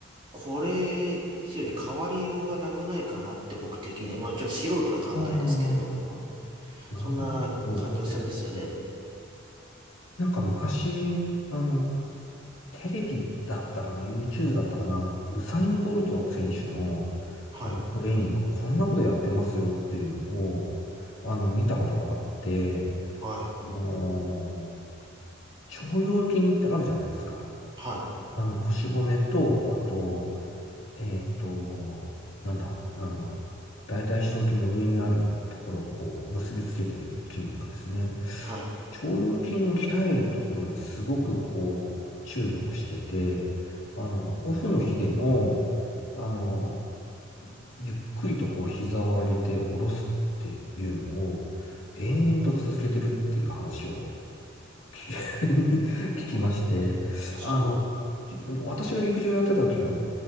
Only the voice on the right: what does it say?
これ以上に変わりようがなくないかなって僕的には、まあ、じゃあ素人の考えですけれども、
そんな感じがするんですよね。
はい、
はい、
はい、
はい。
あ、そ